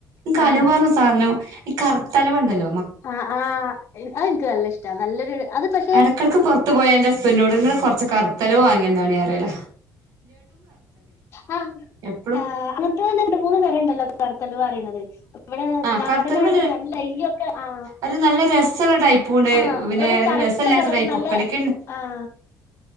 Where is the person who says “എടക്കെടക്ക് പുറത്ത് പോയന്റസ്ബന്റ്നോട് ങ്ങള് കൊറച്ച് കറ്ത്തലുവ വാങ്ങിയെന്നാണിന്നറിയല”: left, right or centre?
Right